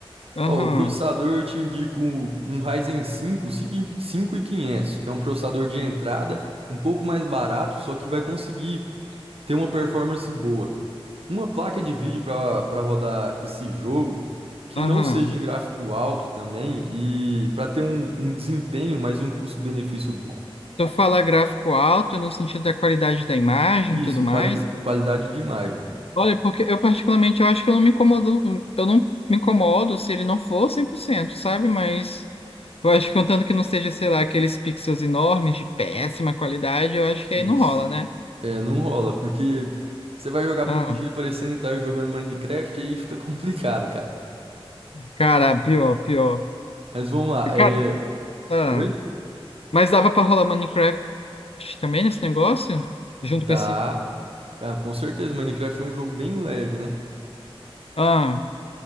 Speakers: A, on the left; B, on the right.
A: Aham.
B: Ó, o processador eu te indico um, um Ryzen cinco, cinco cinco mil e quinhentos, que é um processador de entrada, um pouco mais barato, só que vai conseguir ter uma performance boa. uma placa de vídeo para para rodar esse jogo que
A: Aham.
B: não seja em gráfico alto também e para ter um, um desempenho, mas um custo-benefício bom.
A: Tu fala gráfico alto no sentido da qualidade da imagem
B: Isso,
A: e tudo mais.
B: quali qualidade de imagem.
A: Olha, porque eu particularmente eu acho que eu não me incomodo, eu não me incomodo se ele não for 100%, sabe? Mas eu acho que contanto que não seja, sei lá, aqueles pixels enormes de péssima qualidade, eu acho que
B: Isso.
A: aí não rola, né?
B: É, não rola, porque você vai jogar
A: Ah,
B: PUBG parecendo que tá jogando Minecraft, aí fica <laughs> complicado, cara.
A: cara, pior, pior.
B: Mas vamos lá. É...
A: Cara, ah,
B: Oi?
A: mas dava pra rolar Minecraft também nesse negócio? Junto
B: Dá.
A: com esse.
B: Ah, com certeza, Minecraft é um jogo bem leve, né?
A: Ah.